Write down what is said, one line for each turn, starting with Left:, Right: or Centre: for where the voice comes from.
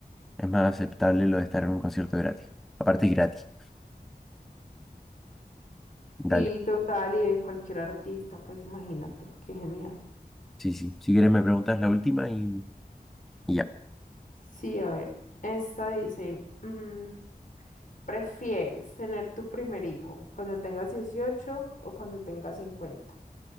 Centre: es más aceptable lo de estar en un concierto gratis, aparte gratis, dale,
Left: Sí, total, y de cualquier artista, pues imagínate, qué genial.
Centre: sí, sí, si quieres me preguntas la última y, y ya,
Left: Sí, a ver, esta dice, mm, ¿prefieres tener tu primer hijo cuando tengas 18 o cuando tengas cincuenta